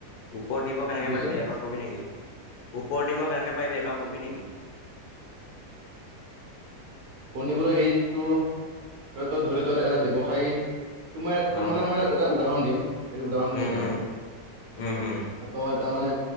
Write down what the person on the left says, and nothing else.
ওপৰত নিব কেনেকে
পাৰিবি এবাৰ কবি নেকি ওপৰত নিব কেনেকে। কে পাৰিবি এবাৰ কবি নেকি।
অ',
অ',
উম, উম,
উম, উম,